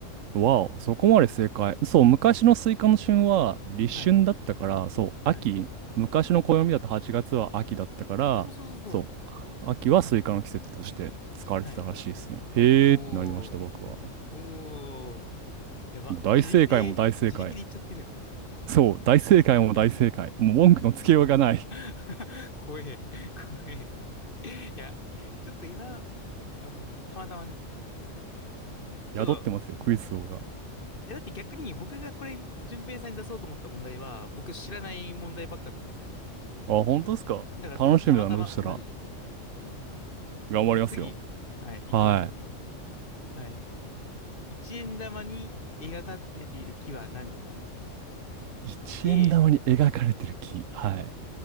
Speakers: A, on the right; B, on the left.
A: わお、そこまで正解。そう、昔のスイカの旬は立春だったから、
B: はい。
A: そう、秋。
B: はい。
A: 昔の暦だと8月は秋だったから、
B: うんうん。そうそうそうそう。
A: そう、秋はスイカの季節として使われてたらしいですね。
B: はい。
A: へーってなりました、
B: おー。
A: 僕は。
B: おー。やば。
A: 大正解も大正解。
B: 自力で、自力で行っちゃってるやん。
A: そう、大正解も大正解。もう文句のつけようがない。
B: <laughs> 怖え。怖え。いや、ちょっと今、あの、たまたまね。ねちょっと、
A: 宿ってますよ、クイズ王が。
B: いやだって逆に僕がこれ、順平さんに出そうと思った問題は、僕知らない問題ばっかですから。
A: あ、本当ですか楽しみだな、
B: だから多分たまたま、
A: そしたら。
B: マジで。はい
A: 頑張りますよ。
B: じゃあ次、はい、いきますね。
A: は
B: はい。一円玉に描かれている木は何
A: い。一円玉に描かれてる木。
B: ?A、
A: はい。
B: はい。